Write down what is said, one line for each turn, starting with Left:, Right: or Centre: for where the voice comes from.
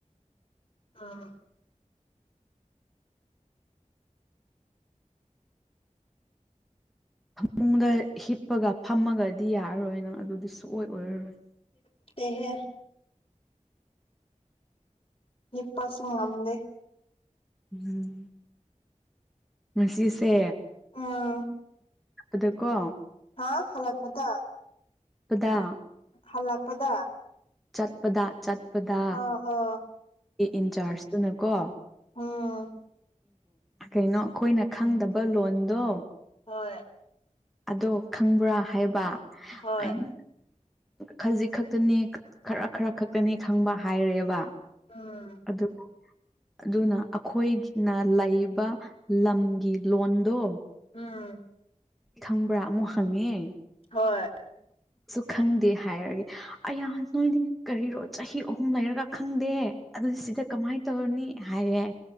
Left: ꯑꯥ
Centre: ꯐꯃꯨꯡꯗ ꯍꯤꯞꯄꯒ ꯐꯝꯃꯒꯗꯤ ꯌꯥꯔꯔꯣꯏ ꯅꯪ ꯑꯗꯨꯗꯤ ꯁꯨꯡꯑꯣꯏ ꯑꯣꯏꯔꯔꯣꯏ
Left: ꯠꯇ ꯍ ꯏ ꯄ ꯁ ꯉꯝꯗꯦ
Centre: ꯎꯝ ꯃꯁꯤꯁꯦ
Left: ꯑꯥ
Centre: ꯑꯗꯀꯣ
Left: ꯍꯥꯥ ꯍꯂꯥꯛꯄꯗ
Centre: ꯈꯨꯗꯥ
Left: ꯍꯜꯂꯛꯄꯗ
Centre: ꯆꯠꯄꯗ ꯆꯠꯄꯗ
Left: ꯑ ꯑ
Centre: ꯏꯟꯆꯥꯔꯖꯇꯨꯅꯀꯣ
Left: ꯎꯝ
Centre: ꯀꯩꯅꯣ ꯑꯩꯈꯣꯏꯅ ꯈꯪꯗꯕ ꯂꯣꯟꯗꯣ
Left: ꯍꯣꯏ
Centre: ꯑꯗꯣ ꯈꯪꯕ꯭ꯔꯥ ꯍꯥꯏꯕ
Left: ꯍꯣꯏ
Centre: ꯑ ꯎ ꯈꯖꯤꯛ ꯈꯛꯇꯅꯤ ꯈꯔ ꯈꯔ ꯈꯛꯇꯅꯤ ꯈꯪꯕ ꯍꯥꯏꯔꯦꯕ
Left: ꯎꯝ
Centre: ꯑꯗꯨꯗ ꯑꯗꯨꯅ ꯑꯩꯈꯣꯏꯅ ꯂꯩꯕ ꯂꯝꯒꯤ ꯂꯣꯟꯗꯣ
Left: ꯎꯝ
Centre: ꯈꯪꯕ꯭ꯔꯥ ꯑꯃꯨꯛ ꯍꯪꯉꯤꯦ
Left: ꯍꯣꯏ
Centre: ꯁꯨ ꯈꯪꯗꯦ ꯍꯥꯏꯔꯒꯦ ꯑꯍ ꯅꯣꯏꯗꯤ ꯀꯔꯤꯔꯣ ꯆꯍꯤ ꯑꯍꯨꯝ ꯂꯩꯔꯒ ꯈꯪꯗꯦ ꯑꯗꯨꯗꯤ ꯁꯤꯗ ꯀꯃꯥꯏꯅ ꯇꯧꯔꯅꯤ ꯍꯥꯏꯌꯦꯦ